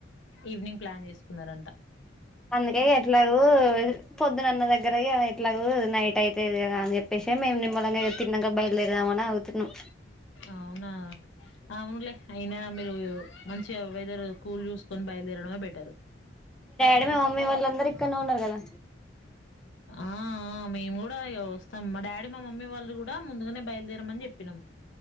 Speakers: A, on the left; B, in the centre.
A: ఈవినింగ్ ప్లాన్ చేసుకున్నరంట
B: అందుకే ఎట్లాగొ పొద్దునన్న దగ్గర ఎట్లగొ నైట్ అయితది కదా అని చెప్పేసి ఏ మేం నిమ్లంగ తిన్నంక బయల్దేరుదామని ఆగుతున్నం
A: అవునా అవునులే అయినా మీరు మంచిగా వెదర్ కూల్ చూసుకొని బయలుదేరడమే బెట్టరు
B: అంటే మీ మమ్మీ వాళ్ళందరూ ఇక్కడనే ఉన్నారు కదా
A: ఆ ఆ మేము కూడా ఇగ వస్తాం మా డాడీ మా మమ్మీ వాళ్ళు కూడా ముందుగనే బయలుదేరమని చెప్పినం